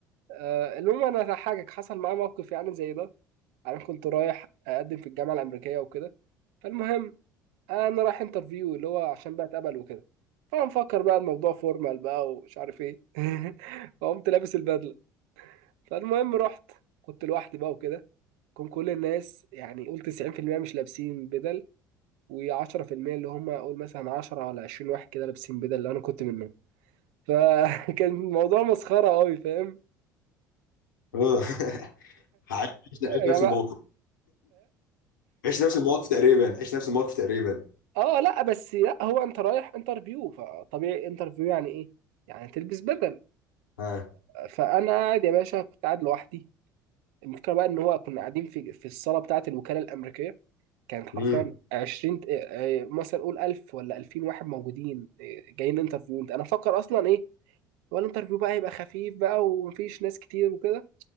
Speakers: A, on the right; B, on the left.
A: آه المهم انا هضحكك حصل معاه موقف يعني زي ده انا كنت رايح اقدم في الجامعه الامريكيه وكده فالمهم انا رايح انترفيو اللي هو عشان بقى اتقبل وكده فمفكر بقى الموضوع فورمال بقى ومش عارف ايه <laughs> فقمت لابس البدله فالمهم رحت كنت لوحدي بقى وكده كان كل الناس يعني قول 90% مش لابسين بدل و10% اللي هم قول مثلا 10 على 20 واحد كده لابسين بدل اللي انا كنت منهم فكان <laughs> الموضوع مسخره قوي فاهم
B: اه <laughs> عايش عايش
A: يا جماعه
B: نفس الموقف عيش نفس الموقف تقريبا عيش نفس الموقف تقريبا
A: اه لا بس لا هو انت رايح انترفيو فطبيعي انترفيو يعني ايه يعني تلبس بدل
B: ها
A: فانا قاعد يا باشا كنت قاعد لوحدي المشكله بقى ان هو كنا قاعدين في في الصاله بتاعه الوكاله الامريكيه كانت حرفيا
B: مم.
A: 20 ت- آه، آه، مثلا قول 1000 ولا 2000 واحد موجودين آه، جايين انترفيو انا فكر اصلا ايه هو الانترفيو بقى هيبقى خفيف بقى ومفيش ناس كتير وكده